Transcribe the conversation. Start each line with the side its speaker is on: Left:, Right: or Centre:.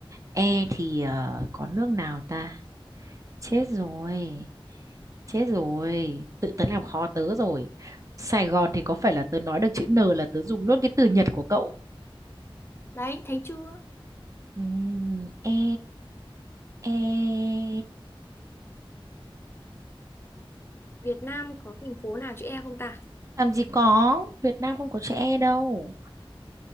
Right: E thì ờ, có nước nào ta? Chết rồi. Chết rồi. Tự tớ làm khó tớ rồi. Sài Gòn thì có phải là tớ nói được chữ N là tớ dùng luôn cái từ Nhật của cậu.
Left: Đấy, thấy chưa?
Right: Ừm, e E
Left: Việt Nam có thành phố nào chữ E không ta?
Right: làm gì có, Việt Nam không có chữ E đâu.